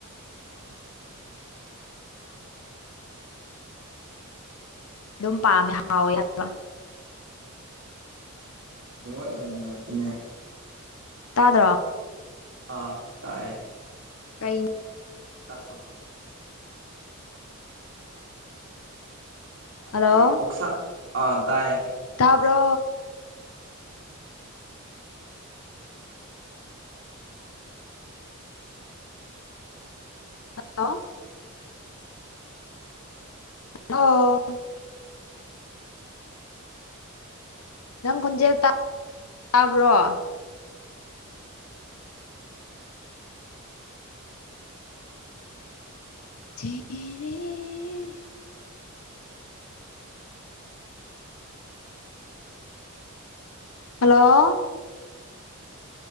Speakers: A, on the right (about 60°); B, on the left (about 75°).
A: ꯑꯥ
B: ꯑꯗꯨꯝ
A: ꯎꯝ
B: ꯄꯥꯝꯃꯦ ꯍꯥꯎꯋꯦ ꯍꯥꯏꯕ
A: ꯅꯦꯋꯥꯛ ꯌꯥꯝ ꯅꯨꯡꯉꯥꯏꯇꯦꯅꯦ
B: ꯇꯥꯗ꯭ꯔꯣ
A: ꯑꯥ ꯇꯥꯏꯑꯦ ꯑꯗꯨꯝ
B: ꯀꯩ
A: ꯃꯔ ꯇꯥꯛꯄꯀꯣ ꯍꯟꯅꯗꯤ
B: ꯍꯜꯂꯣ
A: ꯑꯣꯛꯁꯥ ꯑ ꯇꯥꯏ
B: ꯇꯥꯕ꯭ꯔꯣ ꯍꯜꯂꯣ ꯑꯣ ꯅꯪ ꯈꯣꯟꯖꯦꯜ ꯇꯥ ꯇꯥꯕ꯭ꯔꯣ ꯖꯤꯅꯤꯔꯦ ꯍꯜꯂꯣ